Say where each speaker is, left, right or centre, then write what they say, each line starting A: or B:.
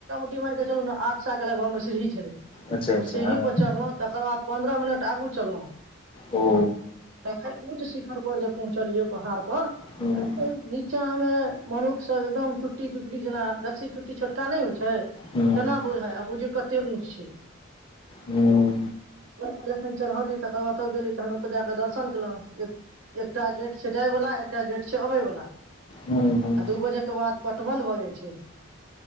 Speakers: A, on the right (about 70°); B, on the left (about 25°).
A: मान के छल ने आठ साल के लगभग मसरीही छलै
B: अच्छा अच्छा
A: ओसेही
B: हँ
A: पर चढ़लहु तकर बाद पन्द्रह मिनट आगू चललहु
B: ओ
A: तखन ऊँच शिखर पर जे पहुँचलियै पहाड़ पर
B: हूँ
A: नीचा मे मनुख सब एकदम चुट्टी पिपटी जेना रस््सी चुट्टी छोटका नहि होइ छै
B: हूँ
A: केना बुझाइ आ बुझियौ कते ऊच छै
B: हूँ हूँ
A: ओ जखन चढ़ली तकर बाद गेली तहन ओतय जाकऽ दर्शन केलहुँ एकटा गेट से जाय बालला एकटा गेट से अबै बला
B: हूँ हूँ
A: आ दू बजे के बाद पटबध भऽ जाइ छै